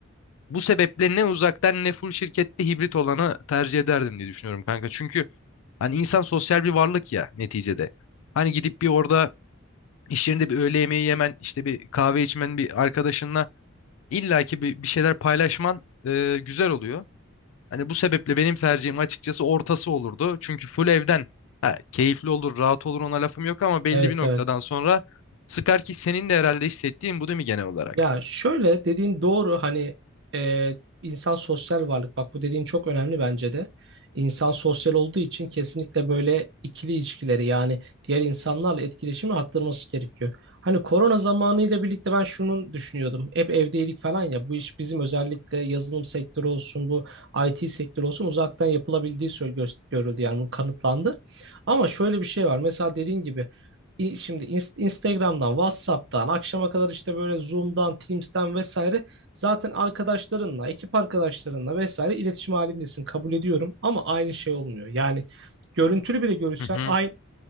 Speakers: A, on the left (about 70°); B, on the right (about 60°).
A: Bu sebeple ne uzaktan ne full şirkette hibrit olanı tercih ederdim diye düşünüyorum kanka. Çünkü hani insan sosyal bir varlık ya neticede. Hani gidip bir orada iş yerinde bir öğle yemeği yemen, işte bir kahve içmen bir arkadaşınla illaki bir, bir şeyler paylaşman e, güzel oluyor. Hani bu sebeple benim tercihim açıkçası ortası olurdu. Çünkü full evden ha, keyifli olur, rahat olur ona lafım yok ama belli
B: Evet
A: bir noktadan
B: evet.
A: sonra sıkar ki senin de herhalde hissettiğin bu değil mi genel olarak?
B: Ya şöyle dediğin doğru hani e, insan sosyal varlık bak bu dediğin çok önemli bence de. İnsan sosyal olduğu için kesinlikle böyle ikili ilişkileri yani diğer insanlarla etkileşimi arttırması gerekiyor. Hani korona zamanıyla birlikte ben şunu düşünüyordum. Hep evdeydik falan ya bu iş bizim özellikle yazılım sektörü olsun bu IT sektörü olsun uzaktan yapılabildiği söyle göz- görüldü yani bu kanıtlandı. Ama şöyle bir şey var mesela dediğin gibi İ- Şimdi inst- Instagram'dan, WhatsApp'tan, akşama kadar işte böyle Zoom'dan, Teams'ten vesaire zaten arkadaşlarınla, ekip arkadaşlarınla vesaire iletişim halindesin. Kabul ediyorum ama aynı şey olmuyor. Yani görüntülü bile görüşsen
A: Hı hı.
B: aynı